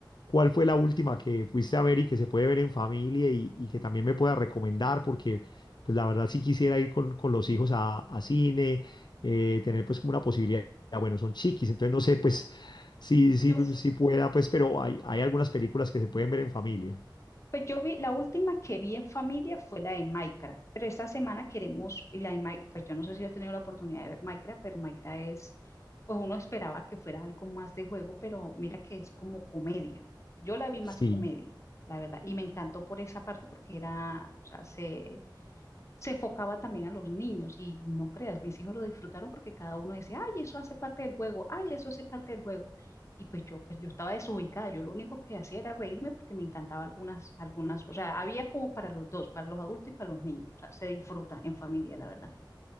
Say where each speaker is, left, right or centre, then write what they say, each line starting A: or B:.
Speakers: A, on the left; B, on the left.
A: ¿cuál fue la última que fuiste a ver y que se puede ver en familia y, y que también me pueda recomendar? Porque, pues la verdad sí quisiera ir con, con los hijos a, a cine, eh, tener pues como una posibilidad, bueno, son chiquis, entonces no sé pues si, si,
B: Yo
A: si pueda, pues, pero hay, hay algunas películas que se pueden ver en familia.
B: Pues yo vi, la última que vi en familia fue la de Minecraft, pero esta semana queremos, y la de Mi- pues yo no sé si has tenido la oportunidad de ver Minecraft, pero Minecraft es, pues uno esperaba que fuera algo más de juego, pero mira que es como comedia. Yo la vi más
A: Sí.
B: comedia, la verdad, y me encantó por esa parte porque era, o sea, se, se enfocaba también a los niños y no creas, mis hijos lo disfrutaron porque cada uno decía, ay, eso hace parte del juego, ay, eso hace parte del juego. Y pues yo, pues yo estaba desubicada, yo lo único que hacía era reírme porque me encantaba algunas, algunas, o sea, había como para los dos, para los adultos y para los niños, o sea, se disfruta en familia, la verdad.